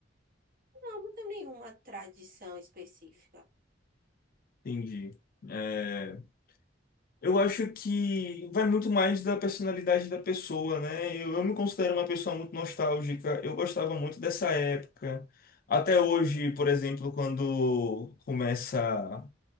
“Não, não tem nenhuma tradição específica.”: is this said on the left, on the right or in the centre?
Right